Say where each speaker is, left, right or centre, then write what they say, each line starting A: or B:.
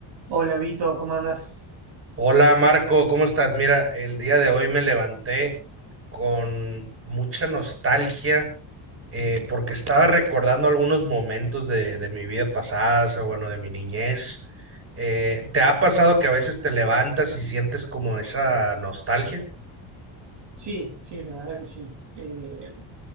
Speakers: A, on the right (about 55°); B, on the right (about 30°).
A: Hola Vito, ¿cómo andas?
B: Hola Marco, ¿cómo estás? Mira, el día de hoy me levanté con mucha nostalgia eh, porque estaba recordando algunos momentos de, de mi vida pasada, o sea, bueno, de mi niñez. Eh, ¿te ha pasado que a veces te levantas y sientes como esa nostalgia?
A: Sí, sí, la verdad que sí. Eh,